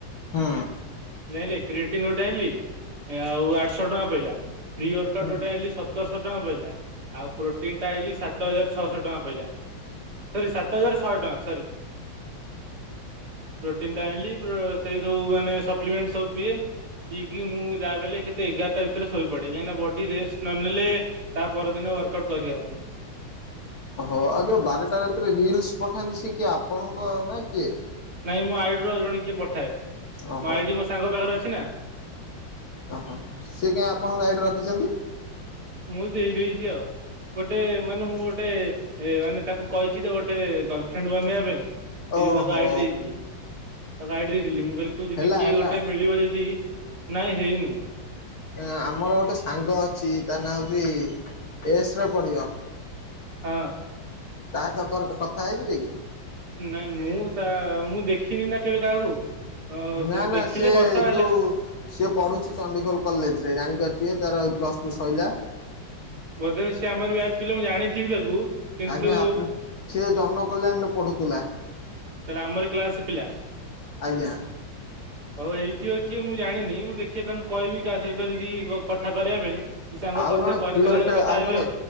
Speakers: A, on the left; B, on the right.
A: ହୁଁ।
B: ଯାଇଁଲେ କ୍ରିଏଟିନ୍ ଗୋଟେ ଆଣିଲି ଆଉ ଆଠଶହ ଟଙ୍କା ପଇଲା। ପ୍ରି ଅର୍କଟୋ
A: ହୁଁ
B: ଟେ ଆଣିଲି ସତରଶହ ଟଙ୍କା ପଇଲା ଆଉ ପ୍ରୋଟିନ୍ ଟା ଆଣିଲି ସାତ ହଜାର ଛଅଶହ ଟଙ୍କା ପଇଲା। ସରି ସାତ ହଜାର ଶହେ ଟଙ୍କା ସରି ପ୍ରୋଟିନ୍ ଟା ଆଣିଲି ପ୍ରୋ ସେଇ ଯୋଉ ମାନେ ସପ୍ଲିମେଣ୍ଟ ସବୁ ପିଏ। ପିଇକି ମୁଁ ଯାବିହେଲେ କେତେ ଏଗାରଟା ଭିତରେ ଶୋଇପଡେ କାହିଁକିନା ବଡି଼ ରେଷ୍ଟ ନ ନେଲେ ତା ପରଦିନ ୱାର୍କ ଆଉଟ କରିହବନି।
A: ଓହୋ। ଆଉ ଯୋଉ ବାରଟା ଭିତରେ ରିଲସ୍ ପଠାନ୍ତି ସେ କିଏ ଆପଣଙ୍କ ନା କିଏ?
B: ନାଇଁ ମୋ ଆଇଡିରୁ ଆଉ ଜଣେ କିଏ ପଠାଏ
A: ଓହୋ
B: ମୋ ଆଇଡି ମୋ ସାଙ୍ଗ ପାଖରେ ଅଛି ନା।
A: ଓହୋ ସେ କାଇଁ ଆପଣଙ୍କ ଆଇଡି ରଖିଚନ୍ତି?
B: ମୁଁ ଦେଇ ଦେଇଦେଇଚି ଆଉ। ଗୋଟେ ମାନେ ମୁଁ ଗୋଟେ ମାନେ ତାକୁ କହିଚି ତ ଗୋଟେ ଗର୍ଲଫ୍ରେଣ୍ଡ ବନେଇବା ପାଇଁ। ସେଇ
A: ଓହୋ।
B: ଯୋଗୁ ତାକୁ ଆଇଡି ଦେଇଥିଲି। ତାକୁ ଆଇଡି ଦେଇଥିଲି ମୁଁ ବୋଲି ତୁ ଯଦି
A: ହେଲା
B: କିଏ
A: ହେଲା
B: ଗୋଟେ ମିଳିବ ଯଦି ନାଇଁ ହେଇନି।
A: ଆମର ଗୋଟେ ସାଙ୍ଗ ଅଛି। ତା ନାଁ ହୋଉଚି ଏସ୍ ରେ ପଡିବ।
B: ହଁ।
A: ତାହା ଚକରେ କଥା ହେଇଯିବେ କି?
B: ନାଇଁ ମୁଁ ତା ମୁଁ ଦେଖିନି ନା କେବେ କାହାକୁ। ଅ
A: ନା ନା
B: ଦେଖିଲେ
A: ସେ
B: କଥା ହେଲେ
A: ଯୋଉ ସେ ପଢୁଚି ଚଣ୍ଡିଖୋଲ କଲେଜରେ ଜାଣିପାରୁଥିବେ ତାର ପ୍ଲସଟୁ ସଇଲା।
B: ଯଦିଓ ସେ ଆମରି ବ୍ୟାଚ ପିଲା ମୁଁ ଜାଣିଥିବି ତାକୁ। କିନ୍ତୁ
A: ଆଜ୍ଞା ଆପ ସେ ଜନ କଲ୍ୟାଣରେ ପଢୁଥିଲା।
B: ତାହେଲେ ଆମରି କ୍ଲାସ ପିଲା।
A: ଆଜ୍ଞା।
B: ହୋଉ ହେଇଥିବ କିଏ ମୁଁ ଜାଣିନି। ମୁଁ ଦେଖିଆ ତାଙ୍କୁ କହିବି କାହା ସହିତ ଯଦି କଥା କରିବା ପାଇଁ କି ସାଙ୍ଗ
A: ଆଉ
B: କଥା
A: ଜଣେ
B: କରିଦେଲେ
A: ପ୍ରିୟର
B: ବଲେ
A: ଖେଳ
B: କଥା
A: ଆଉ
B: ହେବି
A: ଜଣେ